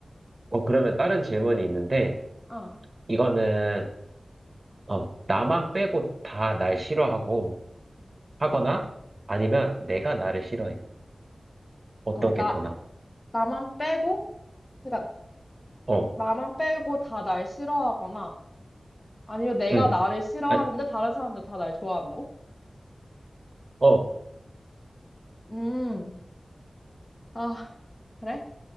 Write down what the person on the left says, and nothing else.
아,
잠깐만. 나,
나만 빼고? 그러니까
나만 빼고 다 날 싫어하거나 아니면 내가
나를 싫어하는데
다른 사람들 다 날 좋아한다고?
음, 아, 그래?